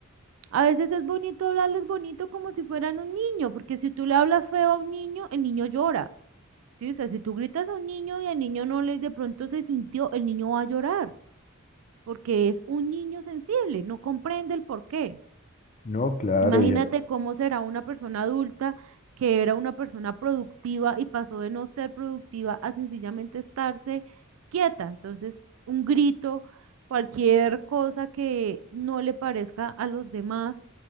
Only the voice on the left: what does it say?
No, claro,
ya,